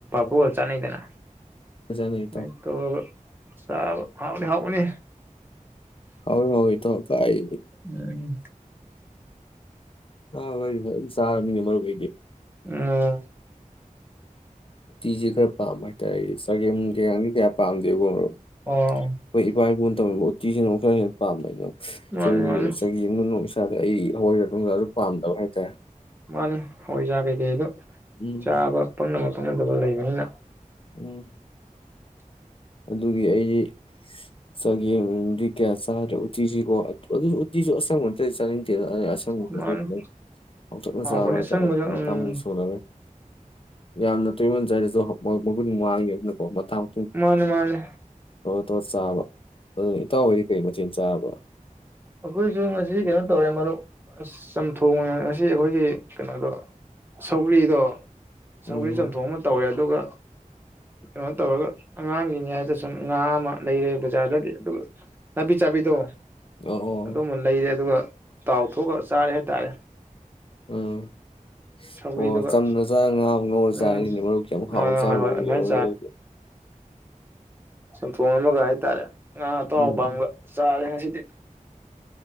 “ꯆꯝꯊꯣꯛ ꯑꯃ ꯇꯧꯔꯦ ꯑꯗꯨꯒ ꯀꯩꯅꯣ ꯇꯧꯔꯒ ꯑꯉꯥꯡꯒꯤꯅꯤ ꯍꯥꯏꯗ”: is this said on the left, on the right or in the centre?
Right